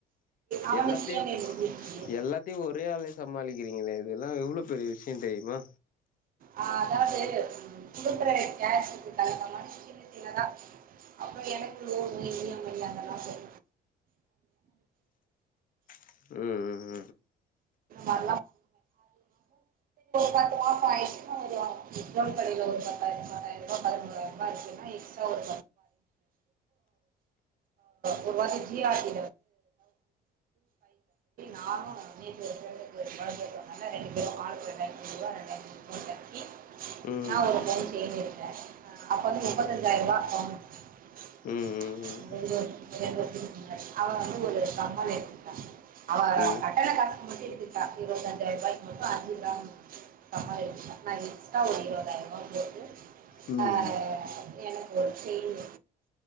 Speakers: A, on the right (about 55°); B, on the left (about 55°).
A: அவனுக்கு
B: எல்லாத்தையு
A: இஎம்ஐ முடிஞ்சிருச்சு
B: எல்லாத்தையு ஒரே ஆளே சமாளிக்கிறீங்களே இது அதல்லாம் எவ்ளோ பெரிய விஷயம் தெரியுமா
A: ஆஹ் அதாவ சரி கொடுக்குற கேஷ இருக்கு தாங்க மனுஷு சின்ன சின்னதான் அப்பறம் எனக்கு லோன் இம இல்ல அதெல்லாம் ச
B: உம் உம் உம்
A: அ ஒரு பத்து மாசம் ஆயச்சு எக்சாம் கடையில ஒரு பாயிரம்யிரம் ரூப பதிமூாயிரம் ரூபாய இருக்குன்னா எக்ஸ ஒரு ரூப்ச ஒரு ஜிஆசி நானும் <unintelligible> க்க
B: ம்
A: முப்பத்திர
B: ம் ம் ம்
A: <unintelligible>
B: ம் ம்
A: மட்டும் எடுத்துக்கிட்டா இருப்பதஞ்சயிரம் ரூபாய்க்கு மட்டும் அஞ்சு கிராம் கம்பல் எடுத்துக்கிட்டா நா எக்ஸ்ட்ரா ஓரு இருாயிரம் ரூபா போட்டு
B: ம்
A: ஆஹ்
B: ம்
A: எனக்கு ஒரு செயின்